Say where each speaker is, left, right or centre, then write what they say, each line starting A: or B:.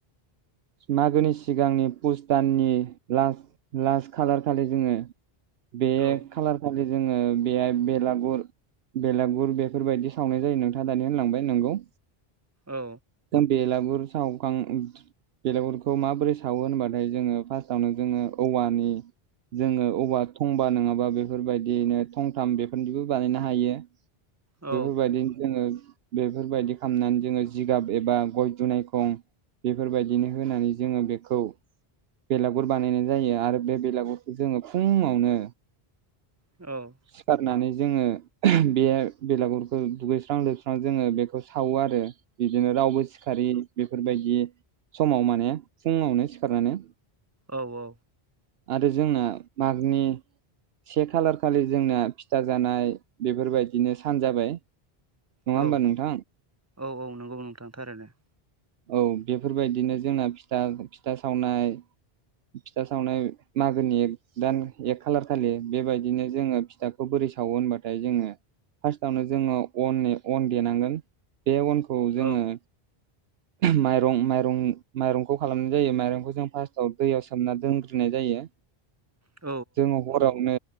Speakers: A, on the right; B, on the right.
A: मागोनि सिगांनि पुस दाननि लास लास्ट खालार खालि जोङो अ बे
B: औ
A: खालार खालि जोङो बेयाय बेलागुर बेलागुर बेफोरबायदि सावनाय जायो नोंथाङा दानि होनलांबाय नंगौ
B: ओ।
A: दा बेलागुर सावखां बेलेगुरखौ माबोरै सावो होनबाथाय जोङो फार्स्टआवनो जोङो औवानि जोङो अबेबा थंबा नङाबा बेफोरबादियैनो थंथाम बेफोरनिबो बानायनो हायो।
B: औ
A: बेफोरबादिनो जोङो बेफोरबादि खालामनानै जोङो जि गाब एबा गय दुनायखं बेफोरबायदिनो होनानै जोङो बेखौ बेलागुर बानायनाय जायो आरो बे बेलागुरखौ जोङो फुङावनो
B: औ।
A: सिखारनानै जोङो <unintelligible> बे बेलागुरखौ दुगैस्रां लोबस्रां जोङो बेखौ सावो आरो बिदिनो रावबो सिखार बेफोरबायदि समाव माने फुङावनो सिखारनानै
B: औ औ।
A: आरो जोंना मागनि से खालार खालि जोंना फिथा जानाय बेफोरबायदिनो सान जाबाय। नङा
B: औ
A: होमबा नोंथां?
B: औ औ नंगौ नोंथां थारैनो ओ।
A: औ बेफोरबादिनो जोंना फिथा फिथा सावनाय फिथा सावनाय मागोनि एक दान एक खालार खालि बेबायदिनो जोङो फिथाखौ खौ बोरै सावोब होनबाथाय जोङो फास्टावनो जोङो अननि अन देनांगोन बे अनखौ खौ
B: औ
A: जोङो माइरं माइरं माइरंखौ खालामनाय जायो माइरंखौ जों फार्स्टआव दैयाव सोमना दोनग्रोनाय जायो।
B: औ
A: जोङो हरावनो